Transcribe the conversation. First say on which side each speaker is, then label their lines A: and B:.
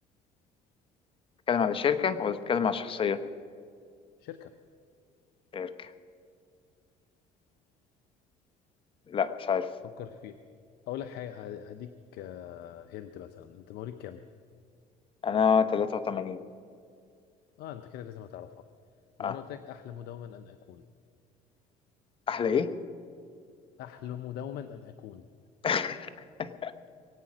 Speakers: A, on the left; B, on the left.
A: بتتكلم على شركة ولا بتتكلم على شخصية
B: شركة
A: شركة لا مش عارف
B: فكر فيها اقول لك حاجة هديك هنت مثلا انت مواليد كام؟
A: أنا 83
B: اه انت كده لازم هتعرفها لو
A: أه
B: انا قلت لك احلم دوما ان اكون
A: أحلى إيه
B: احلم دوما ان اكون
A: <laughs>